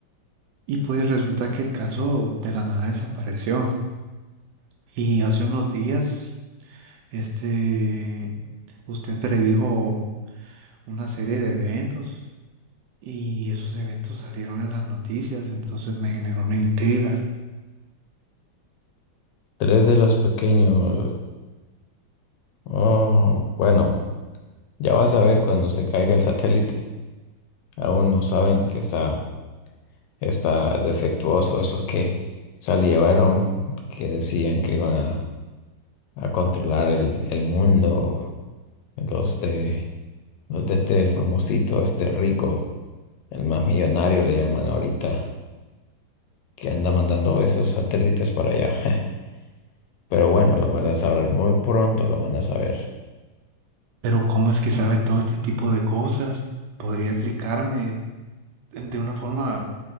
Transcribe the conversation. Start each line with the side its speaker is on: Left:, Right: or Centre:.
Right: Y pues resulta que el caso de la nada desapareció. Y hace unos días, este, usted predijo una serie de eventos y esos eventos salieron en las noticias, entonces me generó una intriga.
Left: Tres de los pequeños. Oh, bueno, ya vas a ver cuando se caiga el satélite. Aún no saben que está está defectuoso, esos que salieron, que decían que iban a, a controlar el, el mundo, los de, los de este famosito, este rico, el más millonario le llaman ahorita, que anda mandando esos satélites para allá. <laughs> Pero bueno, lo van a saber muy pronto, lo van a saber.
Right: Pero ¿cómo es que sabe todo este tipo de cosas? ¿Podría explicarme de una forma,